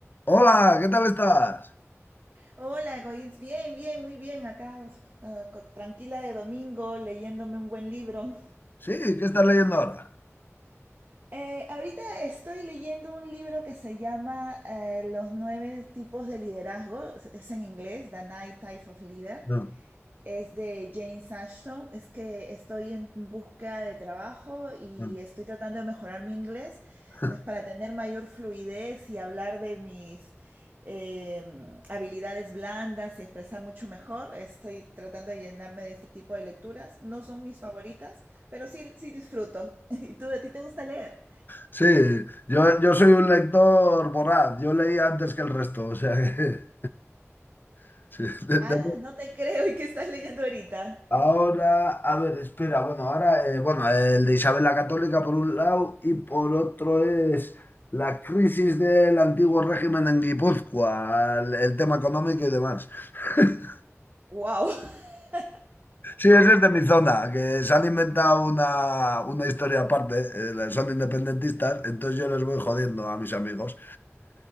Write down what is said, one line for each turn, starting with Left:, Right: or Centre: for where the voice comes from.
Left: Hola, ¿qué tal estás?
Right: Hola, Goins, bien, bien, muy bien, acá ah, co- tranquila de domingo, leyéndome un buen libro.
Left: Sí, ¿qué estás leyendo ahora?
Right: Eh, ahorita estoy leyendo un libro que se llama eh, Los nueve tipos de liderazgo, es es en inglés, The Nine Types of Leader.
Left: No,
Right: Es de Jane Sashton. Es que estoy en búsqueda de trabajo y
Left: no.
Right: estoy tratando de mejorar mi inglés.
Left: <laughs>
Right: Entonces, para tener mayor fluidez y hablar de mis em, habilidades blandas y expresar mucho mejor, estoy tratando de llenarme de este tipo de lecturas. No son mis favoritas, pero sí, sí disfruto. <laughs> ¿Y tú, a ti te gusta leer?
Left: Sí, yo, yo soy un lector voraz, yo leí antes que el resto, o sea que... <laughs> sí, de- de-
Right: Ah, no te creo. ¿Y qué estás leyendo ahorita?
Left: ahora, a ver, espera, bueno, ahora, eh, bueno, el de Isabel la Católica por un lado y por otro es la crisis del antiguo régimen en Guipúzcoa, el, el tema económico y demás. <laughs>
Right: ¡Wow! <laughs>
Left: Sí, ese es de mi zona, que se han inventado una, una historia aparte, eh, son independentistas, entonces yo les voy jodiendo a mis amigos.